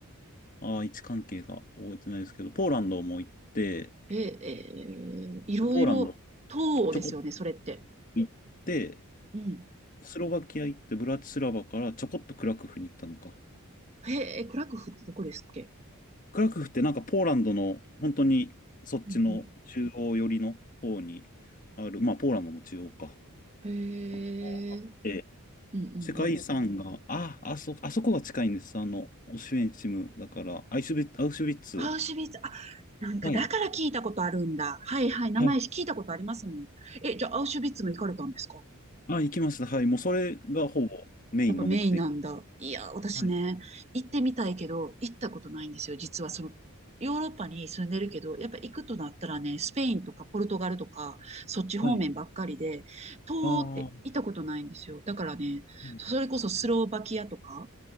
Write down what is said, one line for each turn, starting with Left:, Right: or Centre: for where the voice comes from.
Left: あー、位置関係が覚えてないですけど、ポーランドも行って、
Right: え、えーいろいろ、
Left: ポーランド、
Right: 東欧ですよね、
Left: ちょこ
Right: それって。
Left: 行って、
Right: うん。
Left: スロバキア行って、ブラチスラバからちょこっとクラクフに行ったのか。
Right: へえ、クラクフってどこですっけ
Left: クラクフってなんかポーランドの本当にそっちの中央寄りの方にある、
Right: うんうん。
Left: まあポーランドも中央か。
Right: へ
Left: あっ
Right: え。うん
Left: て
Right: うんうん。
Left: 世界遺産が、あ、あそ、あそこが近いんです。あの、オシュエンチムだから、アイシュビッ、アウシュビッツ。
Right: アウシュビッツ、あ、なんかだから聞いたことあるんだ。
Left: はい。
Right: はいはい、名前聞いたことありますもん。
Left: はい。
Right: え、じゃあアウシュビッツも行かれたんですか
Left: あ、行きました。はい。もうそれがほぼメインの目的。
Right: やっぱメインなんだ。いや、私ね、
Left: はい。
Right: 行ってみたいけど、行ったことないんですよ。実はその、ヨーロッパに住んでるけど、やっぱ行くとなったらね、スペインとかポルトガルとか、そっち方面ばっかりで、
Left: はい。
Right: 東欧って行ったことないんですよ。
Left: ああ、は
Right: だからね、
Left: い。
Right: それこそスロバキアとか、